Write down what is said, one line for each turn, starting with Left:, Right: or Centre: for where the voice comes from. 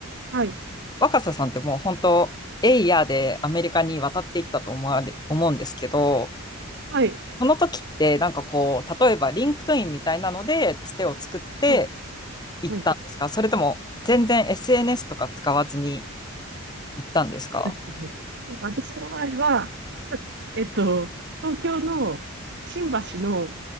Right: はい。
Left: 若狭さんってもう本当、エイヤーでアメリカに渡っていったと思われ、思うんですけど、
Right: はい。
Left: その時ってなんかこう、例えばリンクトインみたいなのでつてを作って
Right: はい。
Left: 行ったんですかそれとも全然
Right: はい。
Left: SNS とか使わずに行ったんですか
Right: <laughs> 私の場合は、<laughs> えっと、東京の新橋の、